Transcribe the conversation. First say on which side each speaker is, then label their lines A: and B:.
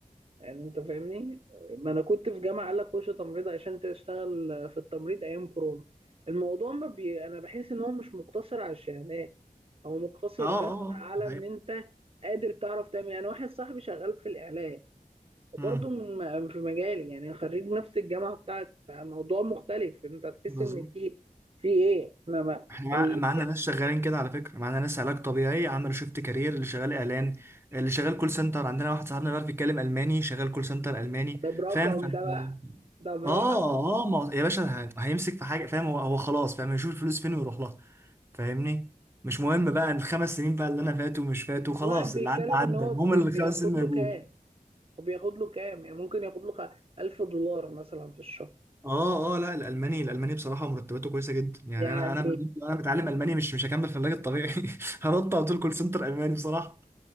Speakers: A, on the right (about 40°); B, on the right (about 15°).
A: يعني انت فاهمني ما انا كنت في جامعه قال لك خش تمريض عشان تشتغل في التمريض ايام كورونا الموضوع ما بي... انا بحس ان هو مش مقتصر على الشهادات هو مقتصر
B: اه اه
A: بس
B: آه،
A: على ان
B: هي
A: انت قادر تعرف تعمل يعني واحد صاحبي شغال في الاعلام وبرضه
B: امم
A: من م- في مجالي يعني خريج نفس الجامعه بتاعتي فالموضوع مختلف انت تحس
B: بالظبط
A: ان في في ايه احنا ما
B: احنا مع-
A: ال-
B: معانا ناس شغالين كده على فكره معانا ناس علاج طبيعي عملوا شيفت كارير اللي شغال اعلان اللي شغال كول سنتر عندنا واحد صاحبنا بيعرف يتكلم الماني شغال كول سنتر الماني
A: ده برقم
B: فاهم فانت
A: ده بقى
B: <laughs> اه
A: ده برقم
B: اه آه، ما... يا باشا ه- هيمسك في حاجه فاهم هو هو خلاص فاهم يشوف الفلوس فين ويروح لها فاهمني مش مهم بقى الخمس سنين بقى اللي انا فاتوا مش فاتوا خلاص
A: واحد بيتكلم
B: اللي عدى عدى
A: ان هو
B: المهم
A: بي-
B: اللي
A: بياخد
B: الخمس سنين
A: له
B: موجود
A: كام وبياخد له كام يعني ممكن ياخد له خ- 1000 دولار مثلا في الشهر
B: اه اه لا الالماني الالماني بصراحه مرتباته كويسه جدا يعني
A: يعني
B: انا انا انا متعلم الماني مش مش هكمل في العلاج الطبيعي <laughs> هنط على طول كول سنتر الماني بصراحه